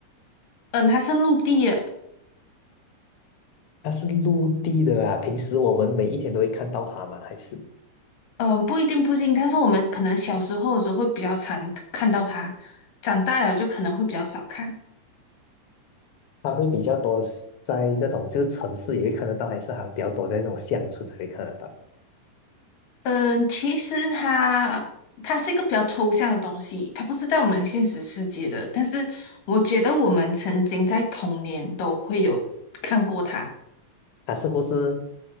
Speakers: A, on the left; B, on the left.
A: 嗯，它是陆地的，
B: 它是陆地的啊。平时我们每一天都会看到它嘛，还是
A: 嗯，不一定不一定，但是我们可能小时候的时候会比较常看到它，长大了就可能会比较少看。
B: 它会比较多在那种就是城市也会看得到，还是还比较多在那种乡村才会看得到？
A: 嗯，其实它它是一个比较抽象的东西，它不是在我们现实世界的。但是我觉得我们曾经在童年都会有看过它，
B: 它是不是